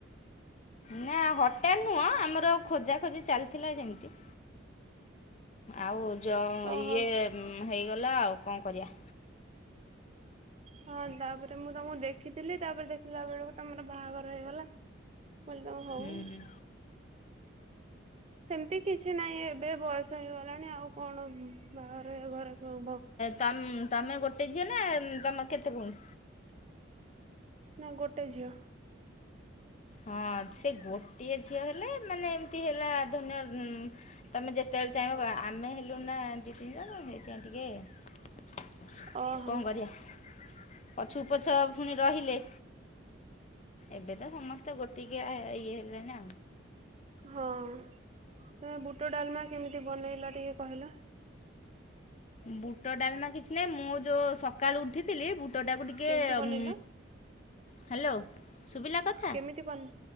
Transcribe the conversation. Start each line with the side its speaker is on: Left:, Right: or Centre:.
Left: ନା ହଟାତ୍ ନୁହଁ ଆମର ଖୋଜା ଖୋଜି ଚାଲିଥିଲା ଯେମିତି। ଆଉ ଜ
Right: ଓହୋ।
Left: ଇଏ ହେଇଗଲା ଆଉ କଣ କରିବା।
Right: ହଁ ତାପରେ ମୁଁ ତମକୁ ଦେଖିଥିଲି ତାପରେ ଦେଖିଲା ବେଳକୁ ତମର ବାହାଘର ହେଇଗଲା। ମୁଁ କହିଲି ତମର ହୋଉ।
Left: ହୁଁ
Right: ସେମିତି କିଛି ନାହିଁ ଏବେ ବୟସ ହେଇଗଲାଣି ଆଉ କଣ ବାଘଘର <unintelligible>
Left: ତମ୍ ତମେ ଗୋଟେ ଝିଅନା ତମର କେତେ ଭୋଉଣି?
Right: ମୁଁ ଗୋଟେ ଝିଅ।
Left: ହଁ ସେ ଗୋଟିଏ ଝିଅ ହେଲେ ମାନେ ଏମିତି ହେଲା ଧରିନିଅ ତମେ ଯେତେବେଳେ ଚାହିଁବ ବା ଆମେ ହେ ନା ଦି ତିନି ଜଣ ହେଇଥିପାଇଁ ଟିକେ
Right: ଓହୋ
Left: କଣ କରିବା। ପଛକୁ ପଛ ଫୁଣି ରହିଲେ ଏବେ ତ ସମ ସ୍ତେ ଗୋଟିକିଆ ଇଏ ହେଲେନା।
Right: ହଁ ତମେ ବୁଟ ଡାଲମା କେମିତି ବନେଇଲା ଟିକେ କହିଲ?
Left: ବୁଟ ଡାଲମା କିଛି ନାହିଁ ମୁଁ ଯୋଉ ସକାଳୁ ଉଠିଥିଲି ବୁଟଟାକୁ ଟିକେ
Right: କେମିତି ବନେଇଲ?
Left: ଉଁ ହାଲୋ ସୁବିଲା କଥା?
Right: କେମିତି ବନେ